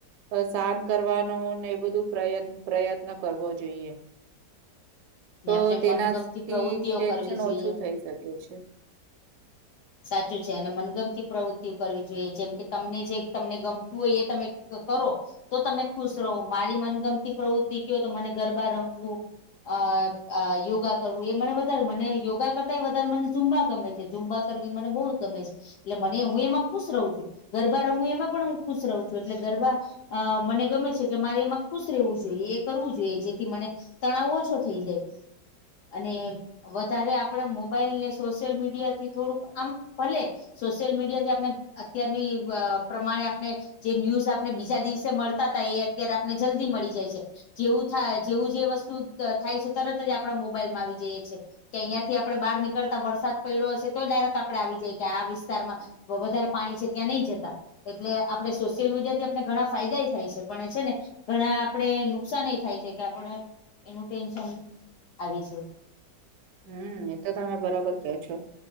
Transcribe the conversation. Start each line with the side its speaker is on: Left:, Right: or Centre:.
Right: અ શાંત કરવાનો ને એ બધું પ્રયત્ન, પ્રયત્ન કરવો જોઈએ. <inaudible>
Left: ને આપણે
Right: તેનાથી
Left: મનગમતી પ્રવૃત્તિઓ
Right: ટેન્શન
Left: કરવી જોઈએ.
Right: ઓછું થઈ શકે છે.
Left: સાચું છે, અને મનગમતી પ્રવૃત્તિઓ કરવી જોઈએ, જેમકે તમને જે તમને ગમતું હોય એ તમે કરો? તો તમે ખુશ રહો, મારી મનગમતી પ્રવૃત્તિ કહો તો, મને ગરબા રમવું અ અ યોગા કરવું, એ મને વધારે, મને યોગા કરતા એ વધારે મને ઝુંબા ગમે છે, ઝુંબા કરવી મને બહુ ગમે છે. એટલે મને હું એમાં ખુશ રહું છું, ગરબા રમું એમાં પણ હું ખુશ રહું છું, એટલે ગરબા અ મને ગમે છે, એટલે મારે એમાં ખુશ રહેવું જોઈએ, એ કરવું જોઈએ, જેથી મને તણાવ ઓછો થઈ જાય. અને વધારે આપડે મોબાઈલ ને સોશિયલ મીડિયાથી થોડુંક આમ ભલે સોશિયલ મીડિયાથી આપણે, અત્યારની અ પ્રમાણે આપણે જે ન્યૂઝ આપને બીજા દિવસે મળતા હતા, એ અત્યારે આપને જલ્દી મળી જાય છે. જેવું થાય, જેવું જે વસ્તુ ત થાય છે, તરતજ આપણા મોબાઈલમાં આવી જઈએ છીએ. કે અહીયાં થી આપડે બહાર નીકળતા વરસાદ પડ્યો હશે તો, ડાયરેક ત આપડે આવી જાયકે, આ વિસ્તારમાં વધારે પાણી છે ત્યાં નહી જતા. એટલે આપણે સોશિયલ મીડિયાથી આપણે ઘણા ફાયદા થાય છે, પણ એ છે ને ઘણા આપણે નુકસાન એ થાય છે, કે આપણે એનું ટેન્શન આવી છે.
Right: હમ્મ, એ તો તમે બરાબર કો છો?